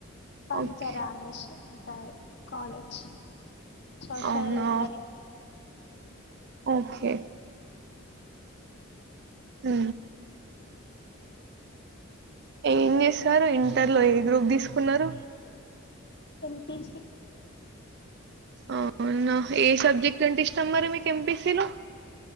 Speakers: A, on the left; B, on the right.
A: పంచర
B: ఓకే.
A: అనేసి టాయ్ కాలేజ్ సోషల్
B: అవునా?
A: సరే
B: ఓకే ఊ ఏం చేస్తారు ఇంటర్ లో ఏ గ్రూప్ తీసుకున్నారు
A: ఎంపీసీ
B: అవునా ఏ సబ్జెక్ట్ అంటే ఇష్టాం మరి మీకు ఎంపిసిలో